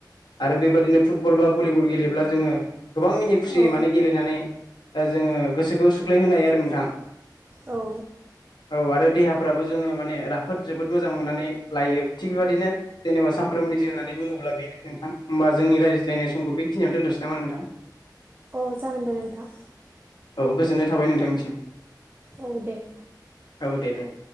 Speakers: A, on the left; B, on the right.
A: आरो बेबा दिनो फुटबल बा भलिबल गेलेब्ला जोङो गोबां मिनि खुसियै
B: औ
A: माने गेलेनानै दा जोङो गोसोखौ सुग्लायहोनो हायो आरो नोंथां
B: औ
A: औ आरो देहाफ्राबो जोङो माने राफोद जोबोद मोजां मोननानै लायो थिग बेबादिनो जेनेबा सानफ्रोमनि जिउ होननानै बुङोब्ला बेनो नोंथांबा ओमबा जोंनि ज्लायनाय समखौ बेखिनियावनो दोनथनोसै नामा नोंथां
B: औ अ जागोन दे नोंथां
A: औ गोजोननाय थाबाय नोंथांनिसिम
B: औ दे
A: औ दे दे